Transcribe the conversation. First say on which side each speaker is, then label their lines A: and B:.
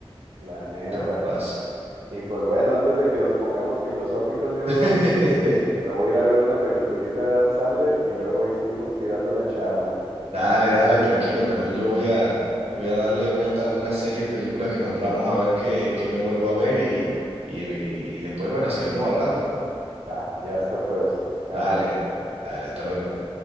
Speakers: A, on the right; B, on the right.
A: La neta.
B: Tan fácil.
A: Y pues bueno, antes de que nos pongamos filosóficos, mi bro,
B: <laughs>
A: yo creo que me voy a ir a ver una peliculita de Adam Sandler y luego ahí seguimos tirando la charla.
B: Dale, dale, tranquilo. También yo voy a, voy a darle vuelta a algunas series y películas que nombramos a ver qué, qué me vuelvo a ver y, y, y después, bueno, seguimos hablando.
A: Va, ya está pues. Cámara,
B: Dale,
A: mi
B: dale, hasta luego.